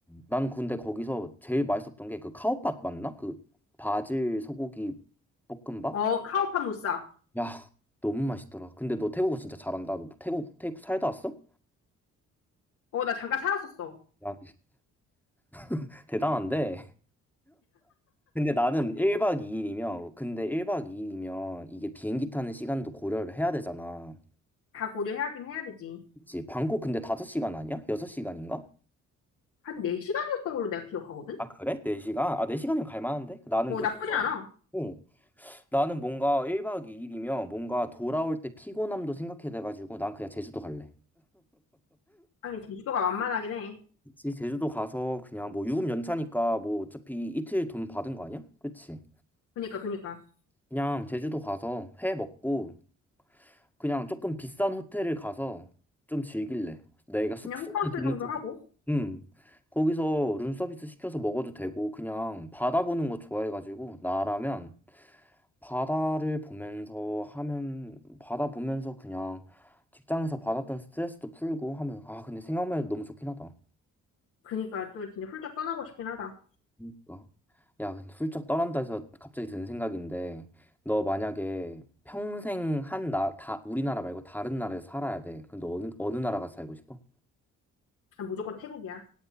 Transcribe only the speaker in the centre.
난 근데 거기서 제일 맛있었던 게 그 카오팟 맞나? 그 바질 소고기 볶음밥?
야, 너무 맛있더라. 근데 너 태국어 진짜 잘한다. 너 태국, 태국 살다 왔어?
야, <laughs> 대단한데? 근데 나는 1박 2일이면, 근데 1박 2일이면 이게 비행기 타는 시간도 고려를 해야 되잖아.
그치? 방콕 근데 5시간 아니야? 6시간인가?
아, 그래? 4시간? 아, 4시간이면 갈 만한데? 나는
그래서,
어, 나는 뭔가 1박 2일이면 뭔가 돌아올 때 피곤함도 생각해 돼가지고 난 그냥 제주도 갈래.
그치? 제주도 가서 그냥 뭐 유급 연차니까 뭐 어차피 이틀 돈 받은 거 아니야? 그치?
그냥 제주도 가서 회 먹고 그냥 조금 비싼 호텔을 가서 좀 즐길래. 내가 숙소에는
돈을
좀,
음, 거기서 룸서비스 시켜서 먹어도 되고 그냥 바다 보는 거 좋아해가지고 나라면 바다를 보면서 하면 바다 보면서 그냥 직장에서 받았던 스트레스도 풀고 하면 아 근데 생각만 해도 너무 좋긴 하다.
그러니까. 야, 근데 훌쩍 떠난다 해서 갑자기 드는 생각인데, 너 만약에 평생 한 나, 다, 우리나라 말고 다른 나라에서 살아야 돼. 그럼 너 어느, 어느 나라 가서 살고 싶어?